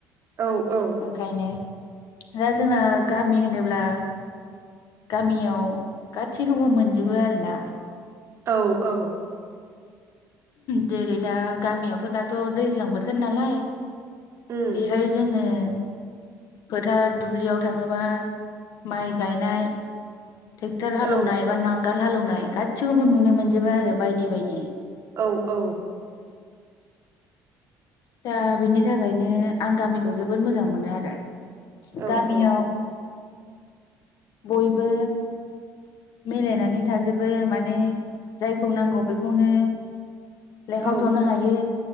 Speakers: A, on the right (about 45°); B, on the left (about 65°).
A: औ औ
B: ओंखायनो। दा जोंना गामि होनोब ब्ला । गामियाव गासैखौबो मोनजो जोबो आरो ना।
A: औ औ।
B: जेरै दा गामियावथ' दाथ' दैज्लां बोथोर नालाय।
A: उम
B: बेहाय जोङो। <inaudible> फोथार दुब्लियाव थाङोबा माइ गायनाय। टेक्टर हालौनाय
A: औ
B: बा नांगाल हालौनाय। नाय गासिखौबो नुनो मोनजोबो आरो बायदि बायदि।
A: औ औ
B: दा बिनि थाखायनो आं गामिखौ जबोर मोजां मोनो आरो।
A: औ
B: गामियाव।
A: औ
B: बयबो। मिलायनानै थाजोबो माने जायखौ नांगौ बेखौनो। लेंहरथ'नो
A: औ
B: हायो